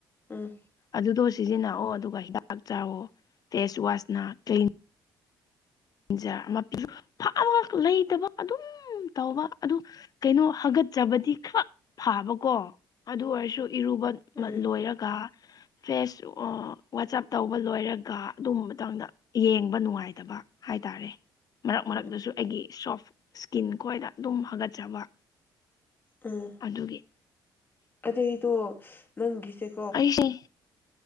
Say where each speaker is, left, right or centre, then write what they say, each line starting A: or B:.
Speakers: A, on the left; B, on the left.
A: ꯎꯝ
B: ꯑꯗꯨꯗꯣ ꯁꯤꯖꯤꯟꯅꯑꯣ ꯑꯗꯨꯒ ꯍꯤꯗꯥꯛ ꯆꯥꯑꯣ ꯐꯦꯁ ꯋꯥꯁꯅ ꯀ꯭ ꯄꯤꯟꯖꯔ ꯑꯃ ꯄꯤ ꯐꯑꯒ ꯂꯩꯇꯕ ꯑꯗꯨꯝ ꯇꯧꯕ ꯑꯗꯨ ꯀꯩꯅꯣ ꯍꯥꯒꯠꯆꯕꯗꯤ ꯈꯔ ꯐꯥꯕꯀꯣ ꯑꯗꯨ ꯑꯣꯏꯔꯁꯨ ꯏꯔꯨꯕ
A: ꯎꯝ
B: ꯂꯣꯏꯔꯒ ꯐꯦꯁ ꯋꯥꯆꯞ ꯇꯧꯕ ꯂꯣꯏꯔꯒ ꯑꯗꯨꯝꯕ ꯃꯇꯥꯡꯗ ꯌꯦꯡꯕ ꯅꯨꯡꯉꯥꯏꯇꯕ ꯍꯥꯏꯇꯥꯔꯦ ꯃꯔꯛ ꯃꯔꯛꯇꯁꯨ
A: ꯎꯝ
B: ꯑꯩꯒꯤ ꯁꯣꯐ ꯏꯁꯀꯤꯟ ꯈꯣꯏꯗ ꯑꯗꯨꯝ ꯍꯥꯒꯠꯆꯕ
A: ꯎꯝ
B: ꯑꯗꯨꯒꯤ
A: ꯑꯗꯩꯗꯣ ꯅꯪꯒꯤꯁꯦ
B: ꯑꯩꯁꯤ